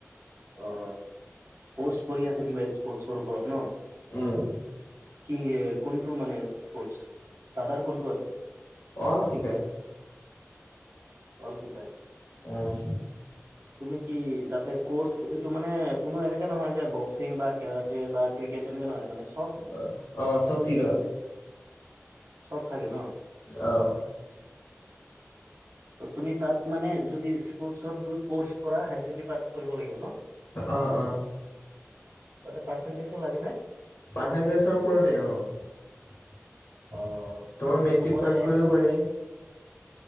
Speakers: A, on the right (about 60°); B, on the left (about 50°).
A: অ', কৰ্চ কৰি আছে কিবা স্পৰ্টছৰ ওপৰত ন
B: উম
A: কি কোনটো মানে স্পৰ্টছ দাদাৰ কোনটো আছে
B: অল শিকায়
A: অল শিকাই
B: উম
A: তুমি কি তাতে কৰ্চ এইটো মানে কোনো এনেকাে নহয় যে বক্সিং বা কেৰাটে বা ক্ৰিকেট তেনেকা নহয় মানে চব
B: অ', অ', চব শিকাই
A: চব থাকে ন
B: অ'
A: তুমি তাত মানে যদি স্পৰ্টছ গৈ কৰ্চ কৰা হায় ছেকেণ্ডৰী পাছ কৰিব লাগিব ন
B: অ অ
A: তাতে পাৰ্চেণ্টেজো লাগে নে
B: পাৰ্চেণ্টেজৰ ওপৰতে অ'
A: অ
B: তোমাৰ
A: এইটোতো
B: মেট্ৰিক
A: মই
B: পাছ কৰিব পাৰি।